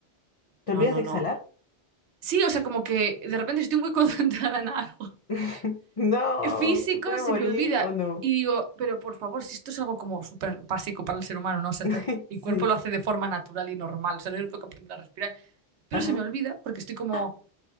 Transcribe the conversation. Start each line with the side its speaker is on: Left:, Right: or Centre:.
Left: ¿Te
Right: no,
Left: olvidas
Right: no,
Left: de
Right: no.
Left: exhalar?
Right: Sí, o sea, como que de repente si estoy muy <laughs> concentrada en algo
Left: <laughs> No,
Right: físico
Left: ¿te puedes
Right: se
Left: morir
Right: me olvida.
Left: o no?
Right: Y digo, pero por favor, si esto es algo como súper básico para el ser humano, ¿no? O sea,
Left: <laughs>
Right: este- el
Left: Sí.
Right: cuerpo lo hace de forma natural y normal, o sea, no tengo que aprender a respirar. Pero
Left: Ajá.
Right: se me olvida porque estoy como...
Left: ¡Ah!